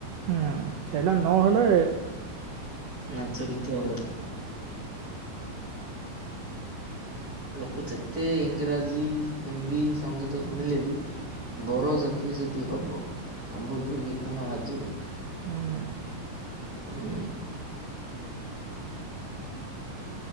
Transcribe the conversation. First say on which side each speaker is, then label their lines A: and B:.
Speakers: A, on the right (about 75°); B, on the right (about 25°).
A: ହଁ, ସେଇଟା ନ ହେଲେ
B: ନାଚ ଗୀତ ହବନି। ଲୋକ ଯେତେ ଇଂରାଜୀ ହିନ୍ଦୀ ସଙ୍ଗୀତ ଶୁଣିଲେ ବି ବର ଯାତ୍ରୀ ଯଦି ହବ, ସମ୍ବଲପୁରୀ ଗୀତ ନ ବାଜିବ
A: ହୁଁ ଉଁ
B: ହୁଁ